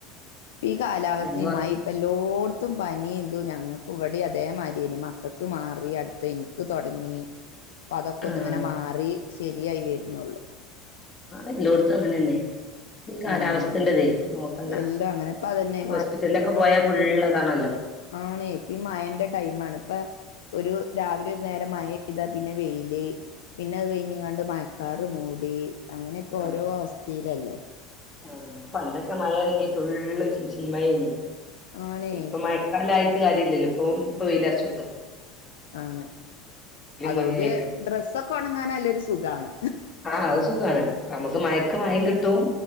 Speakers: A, on the left; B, on the left.
A: ഈ കാലാവസ്ഥയുമായി
B: ഇനി കൊറ
A: ഇപ്പല്ലോ ഓർത്തും പനിതു ഞങ്ങൾക്ക് ഇവിടെ അതേമാതിരിനി മക്കൾക്ക് മാറി അടുത്ത ഇൻക്കും ക്ക് തുടങ്ങി അപ്പൊ അതൊക്കെ
B: ആഹ്
A: ഒന്ന് ഇങ്ങനെ മാറി ശരിയായി വരുന്നുള്ളു
B: എല്ലോട്ത്തും അങ്ങനെന്നെ ഈ കാലാവസ്ഥന്റെതെ
A: ഉം
B: നോക്കണ്ട
A: എല്ലാം അങ്ങനെ ഇപ്പം അതന്നെ
B: ഹോസ്പിറ്റലിന്റെ ഒക്കെ പോയാൽ ഫുള്ള്അതാണല്ലോ
A: ആണ് ഇപ്പ മഴ ന്റെ ടൈം ആണ് ഇപ്പ ഒരു രാവിലെ ഒരു നേരം മഴ യെയ്താ പിന്നെ വെയില് പിന്നെ അത് കഴിഞ്ഞങ്ങാണ്ട് മയക്കാർ മൂടി അങ്ങനെയൊക്കെ ഓരോ
B: ആഹ്
A: അവസ്തേലല്ലേ-
B: ആഹ് പണ്ടൊക്കെ മഴയാണെങ്കിതുള്ളി ചീമഴാർന്ന്-
A: ആണേ
B: ഇപ്പ മഴക്കാലം ആയിട്ട് അതില്ലല്ലോ ഇപ്പൊ ഇപ്പൊ വെയിലറിച്ചത്
A: ആണ് അതുകൊണ്ട്
B: മഴയായിട്ടും
A: ഡ്രസ്സൊക്കെ ഉണങ്ങാൻ നല്ലൊരു സുഖാണ്
B: ആഹ് അത് സുഖാണ് നമ്മുക്ക് മയക്ക് മഴിം കിട്ടും